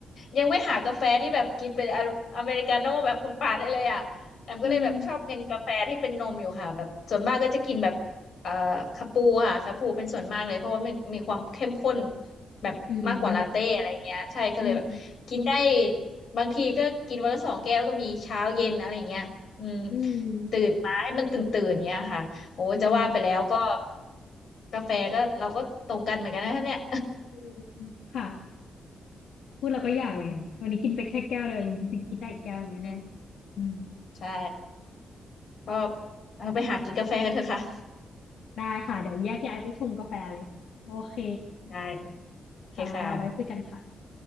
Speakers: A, on the left (about 50°); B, on the left (about 75°).
A: ยังไม่หากาแฟที่แบบกินเป็นออเมริกาโน่แบบคุณป่านได้เลยอ่ะแอมก็เลยแบบชอบกินกาแฟที่เป็นนมอยู่ค่ะแบบส่วนมากก็จะกินแบบเอ่อคาปูค่ะคาปูเป็นส่วนมากเลยเพราะว่ามันมีความเข้มข้น
B: อืม
A: แบบมากกว่าลาเต้อะไรเงี้ยใช่ก็เลยแบบกินได้
B: อืมอืม
A: บางทีก็กินวันละสองแก้วก็มีเช้าเย็นอะไรเงี้ยอืม
B: อื
A: ตื่นมาให้มันตื่นตื่นเงี้ยค่ะ
B: ม
A: โอ้จะว่าไปแล้วก็
B: อืม
A: กาแฟก็เราก็ตรงกันเหมือนกันนะเนี่ย
B: อืมค่ะพูดแล้วก็อยากเลยวันนี้กินไปแค่แก้วเดียวจริงๆกินได้อีกแก้วหนึงแน่ๆอืม
A: <laughs> อืมอืมอืมใช่ก็เราไปหากินกาแฟกันเถอะค่ะ
B: ได้ค่ะเดี๋ยวแยกย้ายไปชงกาแฟเลยโอเค
A: <laughs> ได้โอเคค่ะ
B: ค่ะไว้คุยกันค่ะ